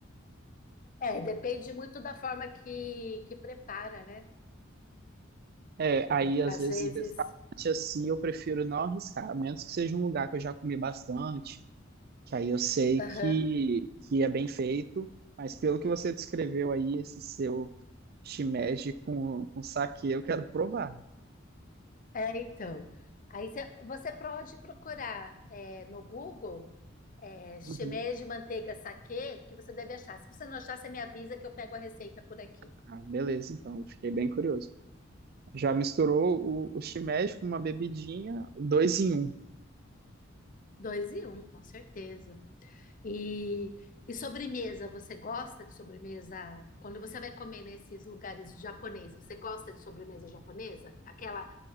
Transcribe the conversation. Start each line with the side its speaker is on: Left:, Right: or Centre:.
Left: É, depende muito da forma que, que prepara, né?
Right: É,
Left: Hum,
Right: aí às
Left: Às
Right: vezes
Left: vezes.
Right: em restaurante assim eu prefiro não arriscar, a menos que seja um lugar que eu já comi bastante, que aí eu sei
Left: Aham.
Right: que, que é bem feito. Mas pelo que você descreveu aí, esse seu shimeji com, com saquê, eu quero provar.
Left: É, então. Aí você, você pode procurar é, no Google. é, shimeia
Right: Uhum.
Left: de manteiga saquê que você deve achar. Se você não achar, você me avisa que eu pego a receita por aqui.
Right: Ah, beleza, então, fiquei bem curioso. Já misturou o, o shimeji com uma bebidinha, dois em um.
Left: Dois e um, com certeza. E, e sobremesa, você gosta de sobremesa? Quando você vai comer nesses lugares japonês, você gosta de sobremesa japonesa? Aquela,